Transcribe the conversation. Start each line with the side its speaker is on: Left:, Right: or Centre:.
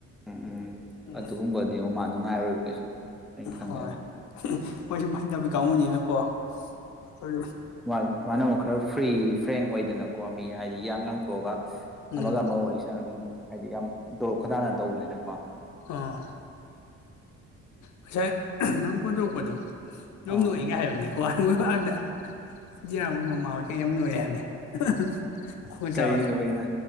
Centre: ꯎꯝ ꯎꯝ
Left: ꯎꯝ
Centre: ꯑꯗꯨꯒꯨꯝꯕꯗꯤ ꯑꯃ ꯃꯥꯜ ꯅꯨꯡꯉꯥꯏꯔꯣꯏ ꯀꯩꯁꯨ ꯑꯩꯅ ꯈꯪꯉꯦꯕ
Left: ꯍꯣꯏ ꯃꯣꯏ ꯁꯨꯝ ꯍꯩꯅꯕꯤ ꯀꯥꯡꯕꯨꯅꯤꯅꯀꯣ ꯎꯝ
Centre: ꯑ ꯃꯅ ꯑꯃꯨꯛ ꯈꯔꯥ ꯐ꯭ꯔꯤ ꯐ꯭ꯔꯦꯡ ꯑꯣꯏꯗꯅ ꯀꯣ ꯃꯤ ꯍꯥꯏꯗꯤ ꯏꯌꯥꯡ ꯌꯥꯥꯡꯊꯣꯛꯑꯒ
Left: ꯎꯝ
Centre: ꯑꯃꯒ ꯑꯃꯒ ꯋꯥꯔꯤꯁꯟꯅ ꯎꯝ ꯍꯥꯏꯗꯤ ꯌꯥꯝ ꯇꯣꯔꯣꯛ ꯈꯣꯏꯗꯅ ꯇꯧꯕꯅꯤꯅꯀꯣ
Left: ꯑꯥ ꯉꯁꯥꯏ ꯅꯪ ꯐꯣꯟꯇꯧꯔꯛꯄꯗꯣ ꯌꯣꯝ
Centre: ꯑꯥ
Left: ꯅꯣꯛꯑꯦꯒ ꯍꯥꯏꯕꯅꯤꯀꯣ ꯑꯗ ꯖꯤꯌꯥꯝ ꯍꯣꯏ ꯃꯃꯥ ꯍꯣꯏ ꯀꯩ ꯌꯥꯝ ꯅꯣꯛꯑꯦ ꯍꯥꯏꯕꯅꯦ ꯑ ꯍ ꯍ ꯄꯖꯋꯣꯏ
Centre: ꯀꯩꯅꯣ ꯑꯩꯅ